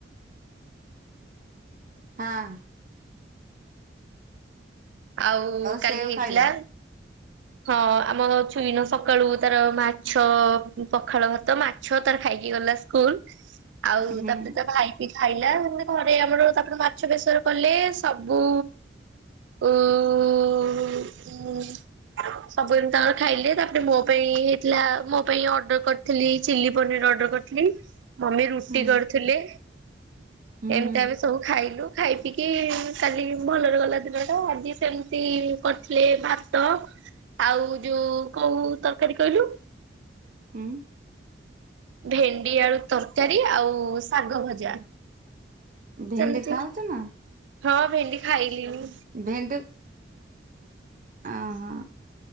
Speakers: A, on the right (about 45°); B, on the right (about 85°).
A: ହଁ।
B: ଆଉ କାଲି
A: ସେଉ
B: ହେଇଥିଲା।
A: ଖାଇଲ?
B: ହଁ ଆମ ଛୁଇନ ସକାଳୁ ତାର ମାଛ ପଖାଳ ଭାତ ମାଛ ଛ ତାର ଖାଇକି ଗଲା ସ୍କୁଲ। ଆଉ
A: ହୁଁ
B: ତାପରେ ତା ଭାଇ ବି ଖାଇଲା। ମ ଘରେ ଆମର ତାପରେ ମାଛ ବେସର କଲେ ସବୁ ଉଉଉଉଉଉ ମମ ସବୁଦିନ ତାଙ୍କର ଖାଇଲେ। ତାପରେ ମୋ ପାଇଁ ହେଇଥିଲା ମୋ ପାଇଁ ଅର୍ଡର କରିଥିଲି ଚିଲି ପନିର ଅର୍ଡର କରିଥିଲି। ମମି ରୁଟି
A: ହୁଁ
B: କରୁଥିଲେ
A: ହୁଁ
B: ଏମିତି ଆମେ ସବୁ ଖାଇଲୁ। ଖାଇ ପିକି କାଲି ଭଲରେ ଗଲା ଦିନ ଟା। ଆଜି ସେମିତି କରିଥିଲେ ଭାତ ଆଉ ଯୋଉ କଉ ତରକାରୀ କହିଲୁ
A: ଉମ।
B: ଭେଣ୍ଡି ଆଳୁ ତରକାରୀ ଆଉ ଶାଗ ଭଜା।
A: ଭେଣ୍ଡି
B: ସେମତି
A: ଖାଉଛ ନା?
B: ହଁ ଭେଣ୍ଡି ଖାଇଲିିନି।
A: ଭେଣ୍ଡି ଓହୋ